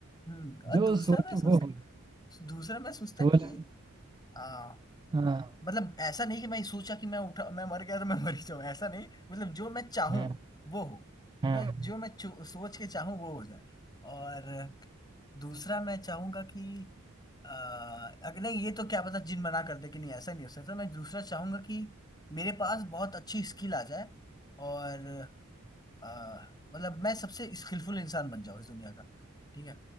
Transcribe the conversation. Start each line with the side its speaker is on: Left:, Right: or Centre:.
Left: हम्म और
Right: जो
Left: दूसरा
Right: सोचो
Left: मैं सोचता
Right: वो हो
Left: दूसरा मैं सोचता
Right: सोच
Left: कि आ,
Right: हाँ
Left: मतलब ऐसा नहीं कि मैं सोचा कि मैं उठा मैं मर गया तो मैं मर ही जाऊं ऐसा नहीं मतलब जो मैं चाहूं
Right: हाँ
Left: वो हो
Right: हाँ
Left: मतलब जो मैं चो- सोच के चाहूं वो हो जाए और दूसरा मैं चाहूंगा कि आ, अगर नहीं ये तो क्या पता जिन मना कर दे कि नहीं ऐसा नहीं हो सकता मैं दूसरा चाहूंगा कि मेरे पास बहुत अच्छी स्किल आ जाए और आ, मतलब मैं सबसे स्किलफुल इंसान बन जाऊं इस दुनिया का ठीक है